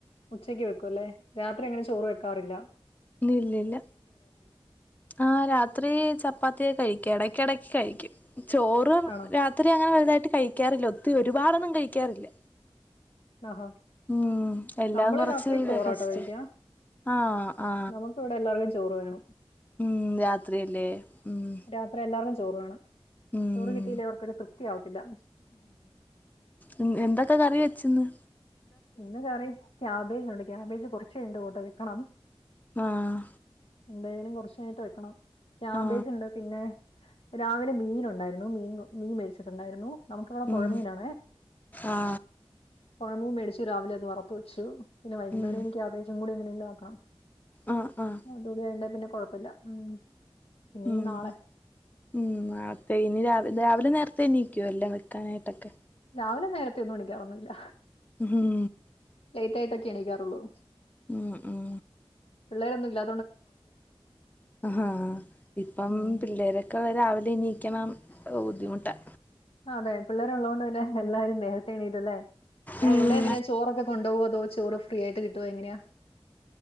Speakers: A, on the left; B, on the left.
A: ഉച്ചയ്ക്ക് വെക്കൂല്ലേ, രാത്രി അങ്ങനെ ചോറ് വെക്കാറില്ലാ.
B: ഇല്ലില്ല്യല്ല്യ ആഹ്, രാത്രി ചപ്പാത്തിയ കഴിക്കാ. എടയ്ക്കെടയ്ക്ക് കഴിക്കും. ചോറും
A: ആണോ
B: രാ ഒത്തിരി അങ്ങനെ വലുതായിട്ട് കഴിക്കാറില്ല. ഒത്തി ഒരുപാടൊന്നും കഴിക്കാറില്ല.
A: നാഹാ,
B: ഉം എല്ലാം
A: നമ്മള്
B: കുറച്ച്
A: രാത്രി
B: ഇതൊക്കെ
A: ചോറാട്ട
B: വെച്ചിട്ട്
A: കഴിയ്ക്കാ.
B: ആ ആ
A: നമു ക്ക് വടെ എല്ലാവർക്കും ചോറ് വേണം.
B: ഉം, മ് രാത്രിയല്ലേ ഉം.
A: രാത്രി എല്ലാർക്കും ചോറ് വേണം.
B: ഉം
A: ചോറ് കിട്ടിയില്ലേ അവർക്കൊരു തൃപ്തി ആവത്തില്ല.
B: ഉം, എന്തൊക്കെ കറി വെച്ച് ഇന്ന്.
A: ഇന്ന് കറി ക്യാബേജ് ഉണ്ട് ക്യാബേജ് കൊറച്ച് കഴിഞ്ഞ്ട്ട് കൊണ്ടൊയി വെക്കണം.
B: ആഹ്.
A: എന്തായാലും കൊറച്ച് കഴിഞ്ഞിട്ട് വെക്കണം. ക്യാബേജ്ണ്ട്
B: ആ
A: പിന്നെ രാവിലെ മീൻ ഉണ്ടായിരുന്നു. മീൻ മീൻ മേടിച്ചിട്ടുണ്ടായിരുന്നു നമുക്ക് വടെ
B: ഉം
A: പൊഴമീനാണേ.
B: ആ
A: പോഴമീൻ മേടിച്ചു രാവിലെ അത് വറത്തു വെച്ചു. പിന്നെ വൈകുന്നേരം
B: ഉം
A: ഇനി ക്യാബേജുംകൂടി എങ്ങനെങ്കിലും ആക്കണം.
B: ആ ആ
A: അതൂടി ആയ്ണ്ടേ പിന്നെ കൊഴപ്പല്ല. ഉം പിന്നെ
B: ഉം.
A: ഈ നാളെ
B: ഉം, നാളത്തെ ഇനി രാവി രാവിലെ നേർത്തെ എണീക്കോ എല്ലാം വെക്കാനായിട്ടൊക്കെ.
A: രാവിലെ നേരത്തെ ഒന്നും എണീക്കാറൊന്നു ഇല്ല.
B: ഹും ഹും
A: ലേറ്റായിട്ടൊക്കെ എണീക്കാറൊള്ളൂ.
B: ഉം, ഉം
A: പിള്ളേരൊന്നും ഇല്ലാ
B: അഹാഹ്, ഇപ്പം
A: ഉം
B: പിള്ളേരെ ക്കൊ രാവിലെ എണീക്കണം അതൊക്കെ ബുദ്ധിമുട്ടാ
A: അതെ, പിള്ളേര് ഒള്ളോണ്ട് തന്നെ എല്ലാരും നേരത്തെ എണീറ്റല്ലേ. ആഹ്,
B: ഉം
A: ഇവടെ എങ്ങനെയാ ചോറൊക്കെ കൊണ്ടോവോ, അതോ ചോറ് ഫ്രീ ആയിട്ട് കിട്ടോ എങ്ങനെയാ?